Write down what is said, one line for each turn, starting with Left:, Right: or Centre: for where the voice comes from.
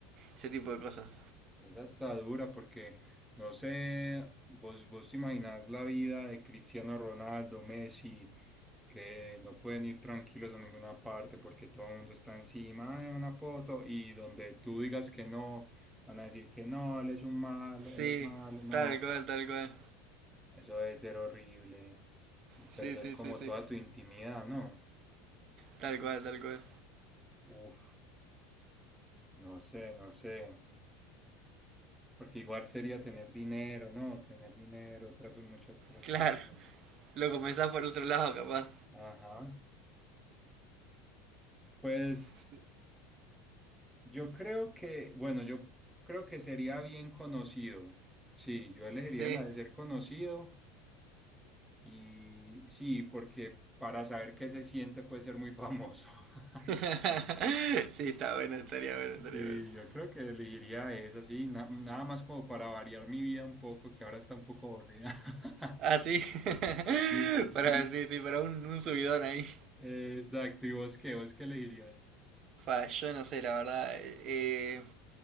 Right: ese tipo de cosas
Centre: esa está dura porque, no sé, vos, vos te imaginás la vida de Cristiano Ronaldo, Messi. que no pueden ir tranquilos a ninguna parte porque todo el mundo está encima de una foto y donde tú digas que no, van a decir que no, él es un malo,
Right: sí
Centre: él es malo, no,
Right: tal cual
Centre: parce.
Right: tal cual
Centre: Eso debe ser horrible y perder
Right: sí sí
Centre: como
Right: sí sí
Centre: toda tu intimidad, ¿no?
Right: tal cual tal cual
Centre: Uf, no sé, no sé, porque igual sería tener dinero, ¿no? Tener dinero, otras muchas otras
Right: claro
Centre: cosas.
Right: lo comenzás por el otro lado capaz
Centre: Ajá. Pues
Right: Sí.
Centre: Yo creo que, bueno, yo creo que sería bien conocido. Sí, yo elegiría
Right: Sí.
Centre: la de ser conocido y sí, porque para saber qué se siente puede ser muy famoso. <laughs>
Right: <laughs> sí, está bueno, estaría bueno, estaría
Centre: Sí,
Right: bueno. <laughs>
Centre: yo creo que elegiría esa, sí, na- nada más como para variar mi vida un poco, que ahora está un poco aburrida. <laughs>
Right: Ah, sí. <laughs>
Centre: Y,
Right: Para,
Centre: y-
Right: sí, sí, para un, un subidón ahí.
Centre: eh, exacto, ¿y vos qué? ¿Vos qué elegirías?
Right: Fa, yo no sé, la verdad. eh, eh,